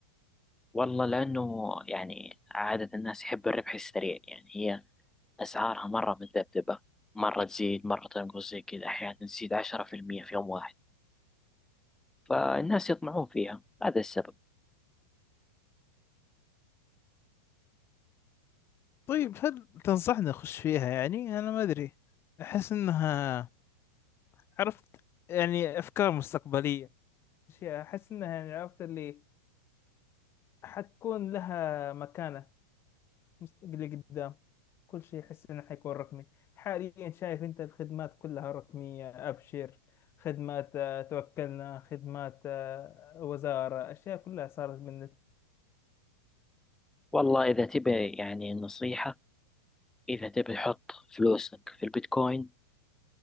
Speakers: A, in the centre; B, on the left (about 25°).
A: والله لأنه يعني عادة الناس يحب الربح السريع يعني هي أسعارها مرة متذبذبة مرة تزيد مرة تنقص زي كذا أحيانا تزيد عشرة في المية في يوم واحد فالناس يطمعون فيها هذا السبب
B: طيب هل تنصحني اخش فيها يعني انا ما ادري احس انها عرفت يعني افكار مستقبلية أشياء احس انها يعني عرفت اللي حتكون لها مكانة مستقبلي قدام كل شيء أحس إنه حيكون رقمي حاليا شايف أنت الخدمات كلها رقمية أبشر خدمات آه، توكلنا خدمات آه، وزارة أشياء كلها صارت من
A: والله إذا تبي يعني نصيحة إذا تبي حط فلوسك في البيتكوين